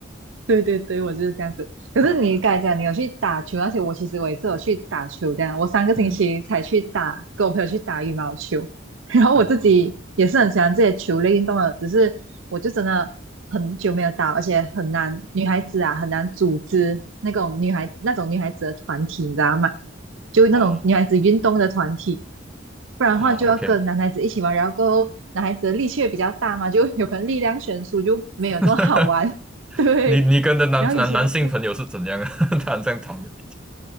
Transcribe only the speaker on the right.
对对对，我就是这样子。
可是你刚才讲你有去打球那些，而且我其实我也是有去打球这样。我三个星期才去打，
跟我朋友去打羽毛球。<laughs> 然后我自己也是很喜欢这些球类运动的，
只是我就真的很久没有打，而且很难，女孩子啊很难组织那种女孩那种女孩子的团体，你知道吗？就那种女孩子运动的团体，
不然的话就要跟男孩子一起玩，
然后过后男孩子的力气也比较大嘛，就有可能力量悬殊就没有这么好玩。
<laughs> 对，
然后以前